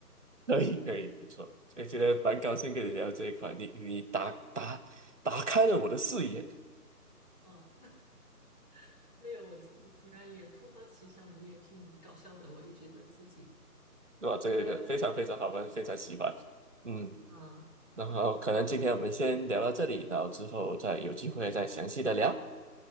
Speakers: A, on the right (about 50°); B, on the left (about 25°).
A: 可以可以，
B: 嗯
A: 不错，也觉得蛮高兴跟你聊这一块，你你打打打开了我的视野。
B: 嗯，<laughs> 没有，我自己突然也突发奇想，也挺搞笑的，我也觉得自己。
A: 对吧？这个个非常非常好玩，
B: 嗯，
A: 非常喜欢。嗯，
B: 嗯，
A: 然后可能今天我们先聊到这里，
B: 好，
A: 然后之后再有机会再详细的聊。